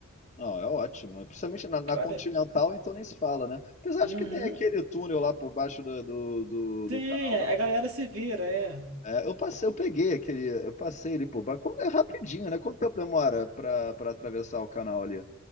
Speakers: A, on the left; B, on the right.
A: Não, é ótimo. Principalmente na, na
B: Olha,
A: Continental, então nem se fala, né? Apesar
B: uhum,
A: de que tem aquele túnel lá por baixo do, do, do,
B: tem,
A: do canal
B: a
A: da.
B: a galera se vira, é.
A: É, eu passei, eu peguei aquele. Eu passei ele por baixo. Quando- É rapidinho, né? Quanto tempo demora pra, pra atravessar o canal ali?